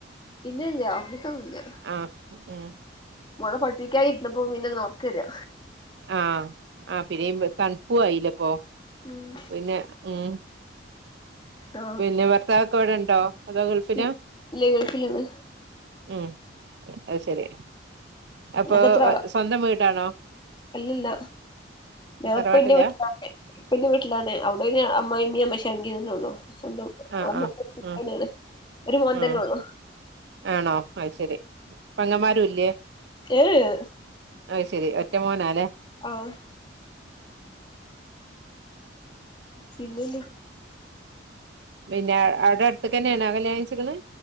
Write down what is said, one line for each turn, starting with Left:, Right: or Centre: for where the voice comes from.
Left: ഇല്ല ഇല്ല ഒറങ്ങീട്ടൊന്നുല്ല
Right: ആഹ് ഉം
Left: മോളെ പഠിപ്പിക്കാൻഇരിന്നപ്പോ പിന്നെ ന്ന് ഒറക്കരാ
Right: ആഹ് ആ പിരിയുബ് തണുപ്പും ആ യില്ലെ ഇ പ്പൊ
Left: ഉം
Right: പിന്നെ ഉം
Left: ആഹ്
Right: പിന്നെ ഭർത്താവ് ഒക്കെ ഇവിടെ ണ്ടോ അതോ ഗൾഫിലാ
Left: ഇ ഇല്ല ഗൾഫിലാണ്
Right: ഉം അഹ് ശരി അപ്പൊ
Left: നിങ്ങക്ക് എത്ര ആളാ
Right: സ്വന്തം വീടാണോ
Left: അല്ലല്ല ഞാൻ
Right: തറവാട്ടിലാ
Left: ഇപ്പൊ ഇന്റെ വീട്ടിലാ ഇപ്പ ഇന്റെ വീട്ടിലാണ് അവിടയ്ന് അമ്മാ യിമ്മിം അമ്മോശ കാക്കിം ന്നെഒള്ളൂ സ്വന്തം
Right: ആഹ്
Left: അവൻമുറ്റത്ത്‌
Right: ആഹ് ഉം
Left: തന്നെ ആണ് ഒരു മോൻ
Right: ഉം
Left: തന്നെ ഒള്ളു
Right: ആണോ അയ്ശരി പെങ്ങന്മരും ഇല്ലേ
Left: ഏ ഏ
Right: അത് ശരി ഒറ്റ മോനാ ല്ലേ
Left: ആഹ് പിന്നെന്ത്
Right: പിന്നെ അവിടെ അടുത്തക്ക് തന്നെ ആണോ കല്യാണം കഴിച്ചിക്ക്ണ്